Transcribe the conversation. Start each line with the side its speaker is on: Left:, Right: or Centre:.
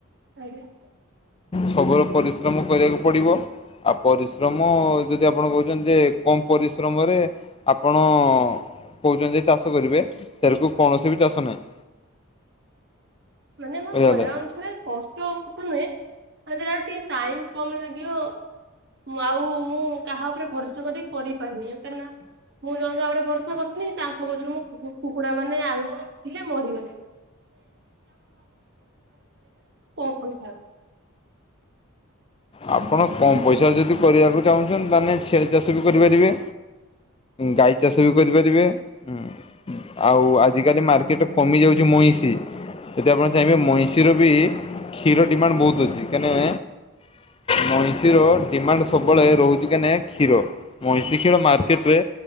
Right: <unintelligible>
Left: ସବୁର ପରିଶ୍ରମ କରିବାକୁ ପଡ଼ିବ। ଆଉ ପରିଶ୍ରମ ଯଦି ଆପଣ କହୁଛନ୍ତି ଯେ କମ୍ ପରିଶ୍ରମରେ ଆପଣ କହୁଛନ୍ତି ଚାଷ କରିବେ ସେରୁକୁ କୌଣସି ବି ଚାଷ ନାହିଁ।
Right: ମାନେ ମ
Left: ବୁଝିଗଲେ।
Right: କହିବା ଅନୁସାରେ କଷ୍ଟ ନୁହେଁ <unintelligible> ଟିକେ ଟାଇମ୍ କମ୍ ଲାଗିବ। ମୁଁ ଆଉ ମୁଁ କାହା ଉପରେ ଭର୍ସା କରିି କରିପାରିନି <unintelligible> ମୁଁ ଜଣଙ୍କାବରେ ଭରଷା <unintelligible> ତାଙ୍କ ବୋଜରୁ ମୁଁ କୁକୁଡା ମାନେ ଆଗରୁ ଥିଲେ ମରିଗଲେ। <unintelligible>
Left: ଆପଣ କମ୍ ପଇସା ଯଦି କରିବାକୁ ଚାହୁଁଛନ୍ତି ତାନେ ଛେଳି ଚାଷ ବି କରିପାରିବେ। ଗାଈ ଚାଷ ବି କରିପାରିବେ ଉଁ। ଆଉ ଆଜିକାଲି ମାର୍କେଟ୍ କମି ଯାଉଛି ମଇଁଷି। ଯଦି ଆପଣ ଚାହିଁବେ ମଇଁଷିର ବି କ୍ଷୀର ଡିମାଣ୍ଡ ବହୁତ ଅଛି କାନାଁ ମଇଁଷିର ଡିମାଣ୍ଡ ସବୁବେଳେ ରହୁଛି କାନେ କ୍ଷୀର ମଇଁଷି କ୍ଷୀର ମାର୍କେଟ୍ ରେ